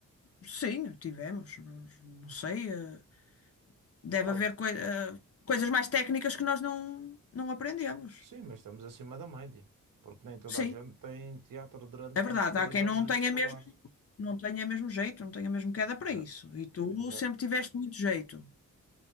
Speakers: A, on the left (about 45°); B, on the right (about 75°).
A: Sim, tivemos, mas não sei, eh, deve
B: Pá,
A: haver coi- eh, coisas mais técnicas que nós não, não aprendemos.
B: sim, mas estamos acima da média. Porque nem toda
A: Sim,
B: a gente tem teatro durante
A: é verdade.
B: os três
A: Há quem
B: anos
A: não
B: do
A: tenha
B: secundário.
A: mesmo, não tenha mesmo jeito, não tenha mesmo queda para
B: Exato.
A: isso. E tu
B: Exato.
A: sempre tiveste muito jeito.